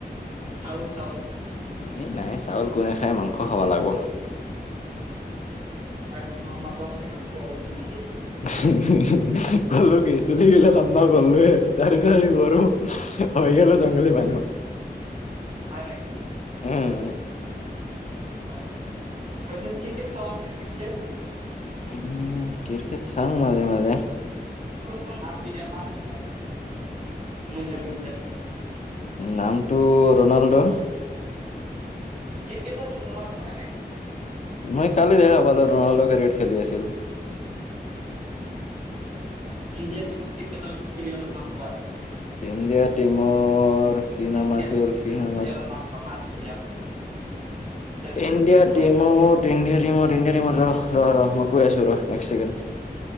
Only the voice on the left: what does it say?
এই নাই চাউল কোনে খায়? মাংস খাব লাগব।
<unintelligible> কলো কি চুলি গিলা লামবা কৰলোৱে। দাড়ি চাৰি বঢ়ো। হৈ গেলো জংঘলী মানুহ।
উম।
উম ক্ৰিকেট চাঙ মাজে মাজে।
নামটো ৰণাল্ড'।
মই কালি দেখা পালো ৰণাল্ড' ক্ৰিকেট খেলি আছিল।
ইণ্ডিয়া টিমত কি
নাম আছিল
কি নাম
আছিল
ইণ্ডিয়া
টিমত ইণ্ডিয়া টিমত ইণ্ডিয়া টিমত ৰহ ৰহ ৰহ মই কৈ আছো ৰহ এক চেকেণ্ড।